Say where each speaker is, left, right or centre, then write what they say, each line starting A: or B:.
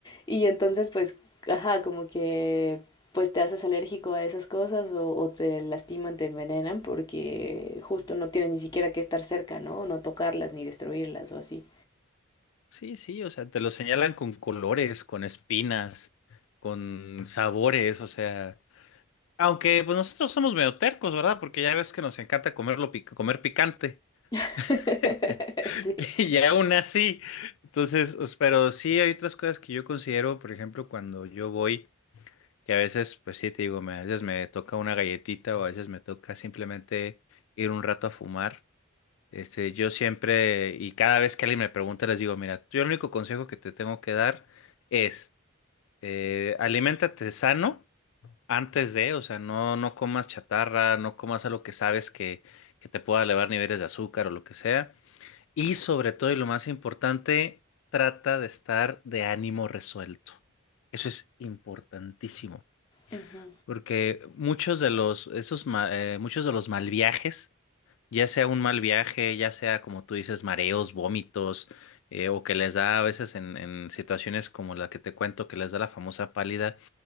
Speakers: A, on the left (about 20°); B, on the left (about 65°).
A: y entonces pues, ajá, como que pues te haces alérgico a esas cosas o, o te lastiman, te envenenan porque justo no tienes ni siquiera que estar cerca, ¿no? No tocarlas ni destruirlas o así.
B: Sí, sí, o sea, te lo señalan con colores, con espinas, con sabores, o sea... Aunque pues nosotros somos medio tercos, ¿verdad? Porque ya ves que nos encanta comerlo pic- comer picante.
A: <laughs>
B: <laughs>
A: Sí.
B: Y aún así. Entonces, os- pero sí hay otras cosas que yo considero, por ejemplo, cuando yo voy, que a veces, pues sí, te digo, me- a veces me toca una galletita o a veces me toca simplemente ir un rato a fumar. Este, yo siempre, y cada vez que alguien me pregunta, les digo, mira, yo el único consejo que te tengo que dar es, eh, aliméntate sano antes de, o sea, no, no comas chatarra, no comas algo que sabes que, que te pueda elevar niveles de azúcar o lo que sea. Y sobre todo, y lo más importante, trata de estar de ánimo resuelto. Eso es importantísimo,
A: Ujú,
B: porque muchos de los, esos, ma- eh, muchos de los mal viajes, ya sea un mal viaje, ya sea como tú dices, mareos, vómitos, eh, o que les da a veces en, en situaciones como la que te cuento, que les da la famosa pálida